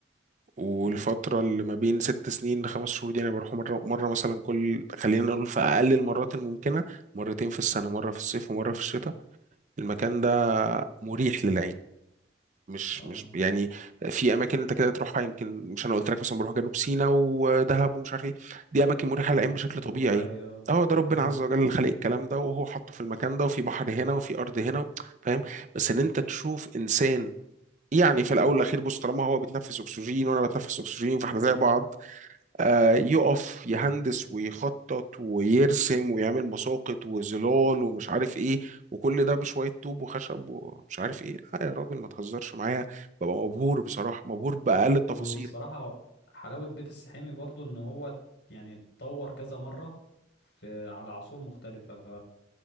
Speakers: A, on the right; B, on the left.
A: والفتره
B: امم
A: اللي ما بين ست سنين لخمس شهور دي انا بروح مره مره مثلا كل خلينا نقول في اقل المرات الممكنه مرتين في السنه مره في الصيف ومره في الشتاء المكان ده مريح للعين مش
B: اه
A: مش يعني في اماكن انت كده تروحها يمكن مش انا قلت لك مثلا بروح جنوب سيناء ودهب ومش عارف ايه دي اماكن مريحه للعين بشكل
B: اماكن
A: طبيعي
B: طبيعيه
A: اه ده ربنا
B: مم.
A: عز وجل اللي خلق الكلام ده وهو حطه في المكان ده وفي بحر هنا وفي ارض هنا فاهم بس ان انت تشوف انسان يعني في الاول والاخير بص طالما هو بيتنفس اكسجين وانا بتنفس اكسجين فاحنا زي بعض آه يقف يهندس ويخطط ويرسم ويعمل مساقط وظلال ومش عارف ايه وكل ده بشويه طوب وخشب ومش عارف ايه لا يا راجل ما تهزرش معايا ببقى مبهور بصراحه مبهور باقل التفاصيل
B: والصراحة حلاوة بيت السحيمي برضو ان هو يعني اتطور كذا مرة في على عصور مختلفة ف...